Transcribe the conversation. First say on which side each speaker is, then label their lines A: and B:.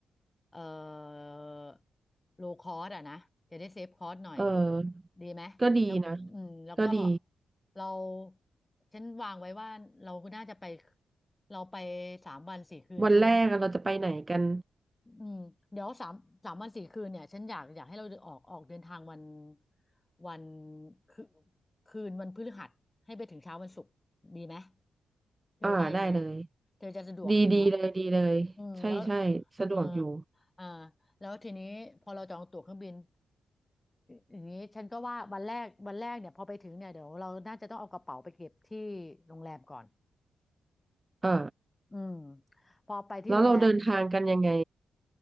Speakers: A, on the left; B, on the right.
A: เอ่อโลคอสอะนะจะได้เซฟคอสหน่อย
B: เออ
A: ดีไหมแล้วอืมแล้วก็
B: ก็ดีนะ ก็ดี
A: เราฉันวางไว้ว่าเราน่าจะไปเราไปสามวันสี่คืนใช่ไหม
B: วันแรกอะเราจะไปไหนกัน
A: อืมเดี๋ยวสามสามวันสี่คืนเนี่ยฉันอยากอยากให้เราออกออกเดินทางวันวันคืนคืนวันพฤหัสให้ไปถึงเช้าวันศุกร์ดีไหมเธอว่ายังไง
B: อ่าได้เลย
A: เธอจะสะดวกอยู่เนาะ
B: ดีดีเลยดีเลย
A: อืมแล้ว
B: ใช่ใช่สะดวกอยู่
A: เอออ่าแล้วทีนี้พอเราจองตั๋วเครื่องบินอย่างนี้ฉันก็ว่าวันแรกวันแรกเนี่ยพอไปถึงเนี่ยเดี๋ยวเราน่าจะต้องเอากระเป๋าไปเก็บที่โรงแรมก่อน
B: อ่า
A: อืมพอไปที่โรงแรม
B: แล้วเราเดินทางกันยังไง